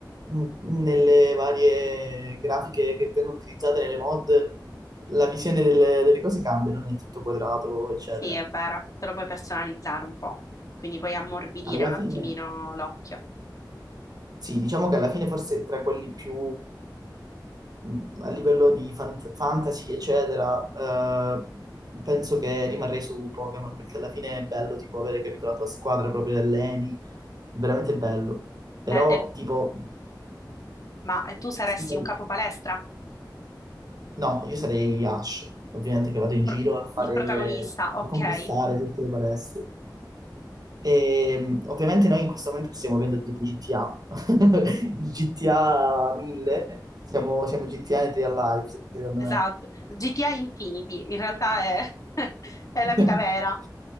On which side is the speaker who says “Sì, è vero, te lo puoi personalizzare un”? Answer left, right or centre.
Left